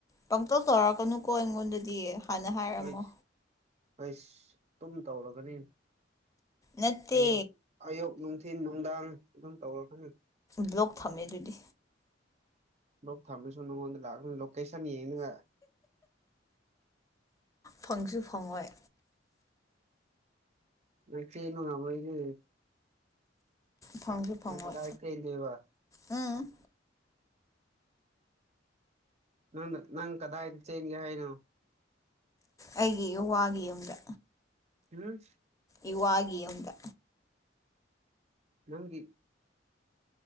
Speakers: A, on the left; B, on the right.
A: ꯄꯪꯇꯧ ꯇꯧꯔꯛꯀꯅꯨꯀꯣ ꯑꯩꯉꯣꯟꯗꯗꯤ ꯍꯥꯟꯅ ꯍꯥꯏꯔꯝꯃꯣ
B: ꯍꯥꯁ ꯍꯥꯁ ꯑꯗꯨꯝ ꯇꯧꯔꯒꯅꯤ
A: ꯅꯠꯇꯦ
B: ꯑꯌꯨ ꯑꯌꯨꯛ ꯅꯨꯡꯊꯤꯟ ꯅꯨꯡꯗꯥꯡ ꯑꯗꯨꯝ ꯇꯧꯔꯒꯅꯤ
A: ꯕ꯭ꯂꯣꯛ ꯊꯝꯃꯦ ꯑꯗꯨꯗꯤ
B: ꯂꯣꯛ ꯊꯝꯃꯦꯁꯨ ꯅꯉꯣꯟꯗ ꯂꯥꯛꯅꯤ ꯂꯣꯀꯦꯁꯟ ꯌꯦꯡꯉꯒ
A: ꯐꯪꯁꯨ ꯐꯪꯉꯣꯏ
B: ꯅꯪ ꯆꯦꯟꯕ ꯉꯥꯝꯃꯣꯏꯅꯦ
A: ꯐꯪꯁꯨ ꯐꯪꯉꯣꯏ
B: ꯅꯪ ꯀꯗꯥꯏ ꯆꯦꯟꯗꯨꯏꯕ
A: ꯎꯝ
B: ꯅꯪꯗ ꯅꯪ ꯀꯗꯥꯏ ꯆꯦꯟꯒꯦ ꯍꯥꯏꯅꯣ
A: ꯑꯩꯒꯤ ꯏꯋꯥꯒꯤ ꯌꯨꯝꯗ
B: ꯎꯝ
A: ꯏꯋꯥꯒꯤ ꯌꯨꯝꯗ
B: ꯅꯪꯒꯤ